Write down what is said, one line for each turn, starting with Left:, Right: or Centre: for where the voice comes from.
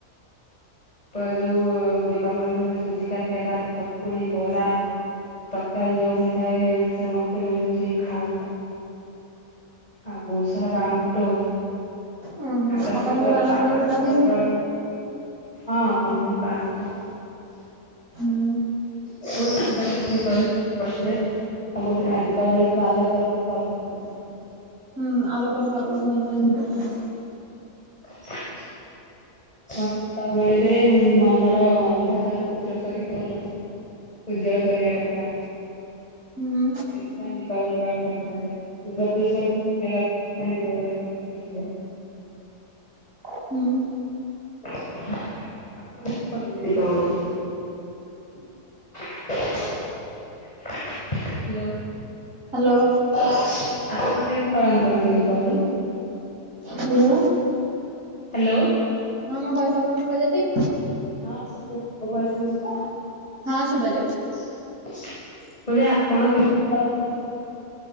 Left: ଯୋଉ ଦୀପାବଳି ଦିନ ସୁଜି କାକରା, ଚକୁଳି, ବରା- ତରକାରୀ ଯଉ ହେଇଥାଏ ସମସ୍ତେ ମିଳିମିଶି ଖାଉ। ଆଉ ବହୁତ ସାରା ବାଣ ଫୁଟଉ
Right: ଉୁଁ ହୁଁ
Left: ଆକାସ
Right: ଆପଣ
Left: ଦୀପ
Right: ବି ବାଣ ଫାଣ
Left: ଆକାସ
Right: ଫୁଟାନ୍ତି?
Left: ଦୀପ ଜାଳୁ। ହଁ ମୁଁ ବି ବାଣ ଫୁଟାଏ।
Right: ହୁଁ
Left: ବହୁତ ମଜା କରୁ <unintelligible> ଦୀପାବଳିରେ। ଆଉ ଗୋଟେ ଦୀପାବଳିକୁ ଆଲୋକର ବି ପର୍ବ କୁହାଯାଏ।
Right: ହୁଁ ଆଲୋକର ପର୍ବ କୁହାଯାଏ ଦୀପାବଳିକୁ।
Left: <unintelligible> କୁହନ୍ତି ଦୀପାବଳିରେ ମନର ଅନ୍ଧକାରକୁୁ ଦୂର କରିକି ଆଲୋକ- ଉଜ୍ଜଳ କରିବା କଥା।
Right: ହୁଁ
Left: ସେଥିପାଇଁ ଦୀପାବଳି ପାଳନ କରାଯାଏ <unintelligible> ମନେ ରଖିବା ପାଇଁ ଦୀପାବଳି ପାଳନ କରାଯାଏ।
Right: ହୁଁ।
Left: ଆପଣ କଣ କରନ୍ତି ଦୀପାବଳିରେ। ହାଲୋ।
Right: ହ୍ୟାଲୋ।
Left: ଆପଣ କେମିତି ପାଳନ କରନ୍ତି ଦୀପାବଳି?
Right: ହ୍ୟାଲୋ।
Left: ହ୍ୟାଲୋ।
Right: ହଁ ମୋ ଭଏସ ଆପଣଙ୍କୁ ଶୁଭା ଯାଉଛି।
Left: ହଁ ଶୁୁଭୁଛି। ମୋ ଭଏସ ଶୁଭୁଛି ତ?
Right: ହଁ ଶୁଭାଯାଉଚି।
Left: ମୁଁ କହିଲି ଆପଣ କେମିତି ପାଳନ